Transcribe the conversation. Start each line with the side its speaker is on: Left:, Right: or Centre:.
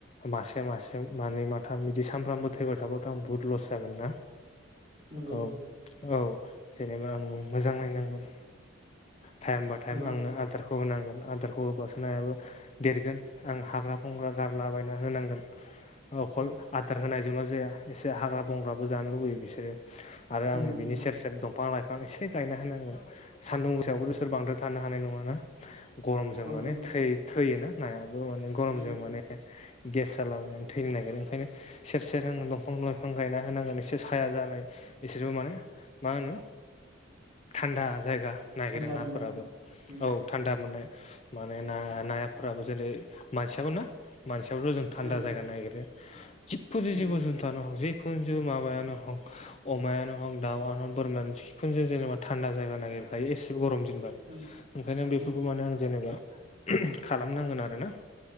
Left: मासे मासे मानै माथाम बिदि सानफ्रामबो थैबाय थाब्लाथ आं बुहुत लस जागोन ना
Right: नंगौ
Left: औ औ जेनेबा आङो मोजां नायनांगोन टाइम बाय टाइम
Right: औ
Left: आङो आदारखौ होनांगोन आदारखौ होबासो नायाबो देरगोन आं हाग्रा बंग्रा गारलाबायना होनांगोन अखल
Right: औ
Left: आदार होनायजोंल जाया एसे हाग्रा बंग्राबो जानो लुुबैयो बिसोरो आरो आङो
Right: उम
Left: बिनि सेर सेेर दंफां लाइफां एसे गायना होनांगोन सानदुं मुसायावबोथ
Right: औ
Left: बिसोर बांद्राय थानो हानाय नङाना गरमजों
Right: औ
Left: माने
Right: नंगौ
Left: थै थैयोना नायाबो माने गरमजों
Right: उम
Left: माने गेस जालाबायनानै थैनो नागिरो ओंखायनो सेर सेर आं दंफां लाइफां गायना होनांगोन एसे साया जानाय बिसोरबो माने मा होनो थानदा जायगा नागिरो
Right: थान्दा
Left: नाफोराबो
Right: मोननाय उम
Left: औ थानदा मोननाय माने ना नाफोराबो जेरै मानसियाबो ना मानसियाबोथ जों थानदा
Right: औ
Left: जायगा नागिरो जिखुनु
Right: उम
Left: जिबु जुनथानो हग जि जिखुनु माबायानो हग अमायानो हग दाउआनो बोरमानो जिखुनु जेनेबा थानदा जायगा नागिरखायो एसे गरम दिन बानो
Right: उम
Left: ओंखायनो
Right: उम
Left: बेफोरखौ माने आं जेनेबा खालामनांगोन आरोना